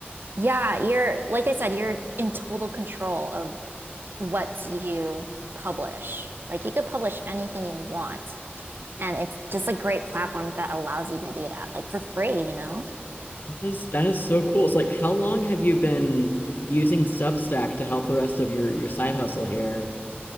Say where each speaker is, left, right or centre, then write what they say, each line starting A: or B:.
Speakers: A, on the right; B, on the left.
A: Yeah. You're, like I said, you're in total control of what you publish. Like you could publish anything you want. And it's just a great platform that allows you to do that, like for free, you know?
B: That is, that is so cool. It's like how long have you been using Substack to help the rest of your your side hustle here?